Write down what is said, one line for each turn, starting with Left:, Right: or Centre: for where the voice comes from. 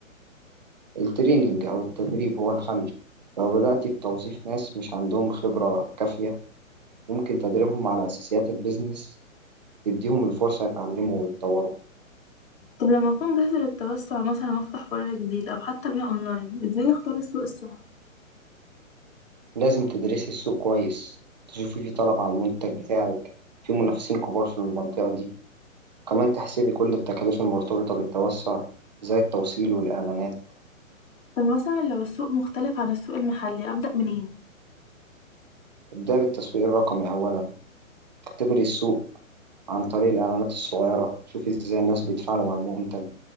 Right: التريننج أو التدريب هو الحل لو بدأت بتوظيف ناس مش عندهم خبرة كافية ممكن تدريبهم على أساسيات البيزنس تديهم الفرصة يتعلموا ويتطوروا
Left: طب لما أكون جاهزة للتوسع مثلا وأفتح فرع جديد أو حتى بيع أونلاين إزاي أختار السوق الصح؟
Right: لازم تدرسي السوق كويس تشوفي في طلب على المنتج بتاعك في منافسين كبار في المنطقة دي كمان تحسبي كل التكاليف المرتبطة بالتوسع زي التوصيل والإعلانات
Left: طب مثلا لو السوق مختلف عن السوق المحلي أبدأ منين؟
Right: ابدأ بالتسويق الرقمي أولا اختبري السوق عن طريق الإعلانات الصغيرة شوفي إزاي الناس بيتفاعلوا مع المنتج